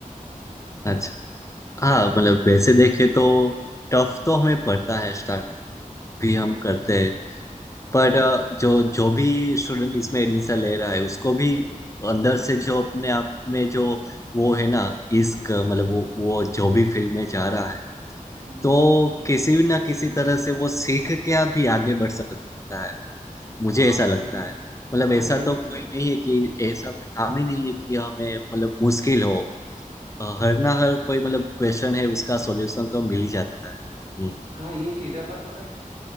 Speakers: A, on the left; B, on the right.
A: अच्छा हाँ मतलब वैसे देखे तो टफ तो हमें पड़ता है स्टार्ट भी
B: हम्म
A: हम करते हैं पर अ, जो जो भी स्टूडेंट इसमें एडमिशन ले रहा है उसको भी अंदर से जो अपने आप में जो वो है ना इश्क मतलब वो वो जो भी फील्ड में जा रहा है
B: हम्म
A: तो किसी भी ना किसी तरह से वो सीख के अभी आगे बढ़ सकता है मुझे
B: हाँ
A: ऐसा
B: यही
A: लगता है मतलब
B: हाँ
A: ऐसा
B: यही
A: तो
B: चीज
A: कोई
B: है
A: नहीं है कि ऐसा कोई काम ही नहीं है कि हमें मतलब मुश्किल हो अ, हर ना हर कोई मतलब क्वेश्चन है उसका सॉल्यूशन तो मिल ही जाता है हम्म,
B: हाँ यही चीज है बस पता है